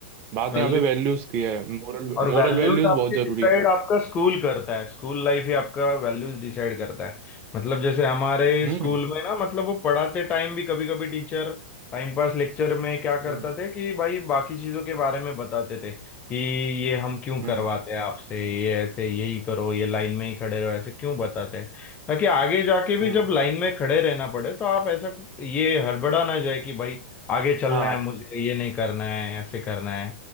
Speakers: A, on the right (about 35°); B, on the left (about 25°).
A: बात
B: भी
A: यहाँ पे वैल्यूज की है मोरल
B: और
A: मोरल
B: वैल्यूज
A: वैल्यूज
B: आपके
A: बहुत जरूरी
B: डिसाइड
A: है
B: आपका स्कूल करता है स्कूल लाइफ ही आपका वैल्यूज डिसाइड करता है मतलब जैसे हमारे
A: हम्म
B: स्कूल में ना मतलब वो पढ़ाते टाइम भी कभी कभी टीचर टाइम पास लेक्चर में क्या करता
A: हम्म
B: थे कि भाई बाकी चीजों के बारे में बताते थे कि ये हम क्यों
A: हम्म
B: करवाते हैं आपसे ये ऐसे यही करो ये लाइन में ही खड़े रहो ऐसे क्यों बताते हैं ताकि आगे जाके भी
A: हम्म
B: जब लाइन में खड़े रहना पड़े तो आप ऐसा ये हड़बड़ा ना जाए कि भाई आगे चलना
A: हाँ
B: है मुझे ये नहीं करना है ऐसे करना है